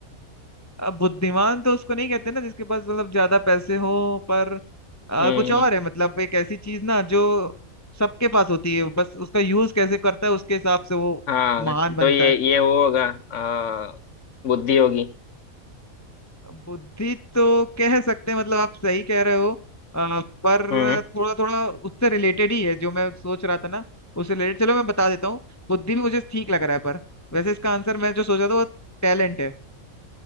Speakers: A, on the left; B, on the left.
A: अब बुद्धिमान तो उसको नहीं कहते ना जिसके पास मतलब ज्यादा पैसे हो पर अ,
B: हम्म
A: कुछ और है मतलब एक ऐसी चीज ना जो सबके पास होती है बस उसका यूज कैसे करता है उसके हिसाब से वो
B: हाँ
A: महान बनता
B: तो ये
A: है
B: ये वो होगा अ, बुद्धि होगी
A: बुद्धि तो कह सकते हैं मतलब आप सही कह रहे हो अ, पर
B: हम्म
A: थोड़ा थोड़ा उससे रिलेटेड ही है जो मैं सोच रहा था ना उससे रिलेटेड चलो मैं बता देता हूँ बुद्धि भी मुझे ठीक लग रहा है पर वैसे इसका आंसर मैं जो सोचा था वो टैलेंट है